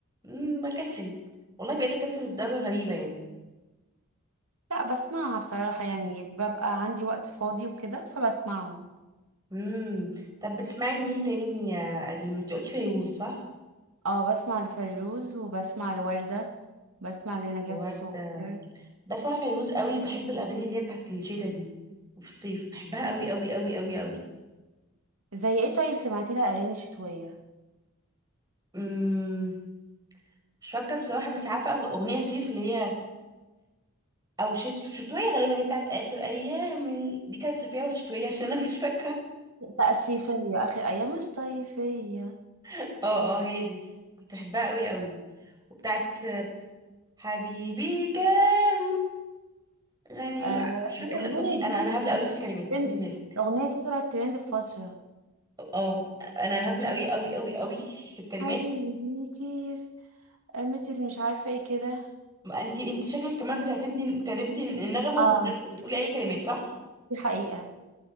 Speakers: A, on the right; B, on the right.
A: امم بكسل والله بقيت اكسل لدرجة غريبة يعني
B: لا بسمعها بصراحه يعني ببقى عندي وقت فاضي وكده فبسمعهم
A: امم طب بتسمعي لمين تاني يا قديم انت قلتي فيروز صح
B: اه بسمع لفيروز وبسمع لوردة بسمع لنجاة
A: الواد
B: الصغير
A: ده بسمع فيروز قوي بحب الاغاني اللي هي بتاعت الشتا دي وفي الصيف بحبها قوي قوي قوي قوي قوي
B: زي ايه طيب سمعت لها اغاني شتويه
A: امم مش فاكرة بصراحة بس عارفة أغنية صيف اللي هي أو شت... شتوية غالبا اللي هي بتاعت آخر أيام ال- دي كانت صيفية ولا شتوية <laughs> عشان أنا مش فاكرة
B: لا الصيفيه اخر ايام الصيفيه
A: اه اه هي دي كنت بحبها قوي قوي وبتاعت حبيبي كان غني
B: آه
A: و- مش فاكره
B: الاغنيه
A: بصي انا
B: دي
A: انا هبله قوي في الكلمات
B: ترند
A: خدي بالك
B: الاغنيه دي طلعت ترند في فتره
A: اه انا هبله قوي قوي قوي قوي في الكلمات
B: حبيبي كيف قامت اللي مش عارفة ايه كده
A: عندي انت شكلك كمان بتعتمدي بتعتمدي النغمه
B: اه
A: وبتغني وبتقولي اي كلمات صح
B: دي حقيقة